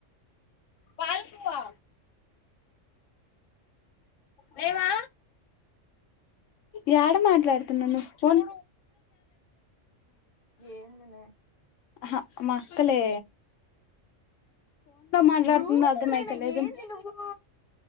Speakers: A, on the left; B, on the left.
A: పారేసువా లేేవా యాడ మాట్లాడుతున్నావ్ నువ్వు ఫోన్
B: ఏంది మే
A: ఆహా మా అక్క లేే మాట్లాడుతుందో
B: దుకుతూడు
A: అర్థం
B: లే
A: అయితలేదు
B: మే ఎంది నువ్వు